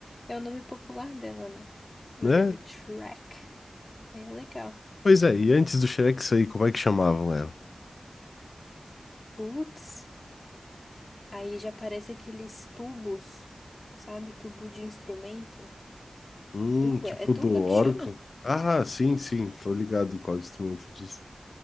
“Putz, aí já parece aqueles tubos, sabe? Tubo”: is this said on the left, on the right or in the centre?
Left